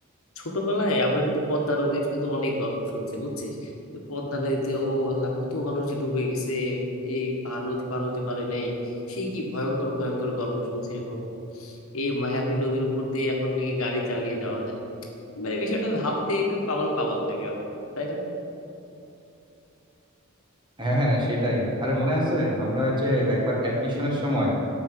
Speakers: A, on the left; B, on the right.
A: ছোটবেলায় আমরা কিন্তু পদ্মা নদীর কিন্তু অনেক গল্প শুনছি বুঝছিস তো পদ্মা নদীতে ও আল্লাহ কত মানুষ যে ডুবে গেছে এই পার নদী পার হতে পারে নাই সেই কি ভয়ঙ্কর ভয়ঙ্কর গল্প শুনছি রে বাবা এই মায়াবী নদীর উপর দিয়ে এখন নাকি গাড়ি চালিয়ে যাওয়া যায় মানে বিষয়টা ভাবতে একটু পাগল পাগল লাগে আমার তাই না
B: হ্যাঁ হ্যাঁ সেটাই আরে মনে আছে আমরা ওই যে একবার অ্যাডমিশনের সময়